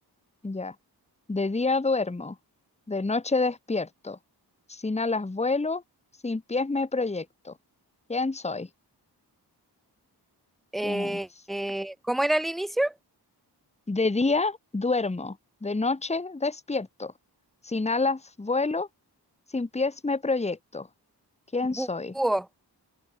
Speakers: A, on the left (about 15°); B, in the centre.
A: Ya. De día duermo, de noche despierto. Sin alas vuelo, sin pies me proyecto. ¿Quién soy?
B: Eh,
A: ¿Quién es?
B: eh, ¿cómo era el inicio?
A: De día duermo, de noche despierto. Sin alas vuelo, sin pies me proyecto. ¿Quién
B: Bu-
A: soy?
B: Búho,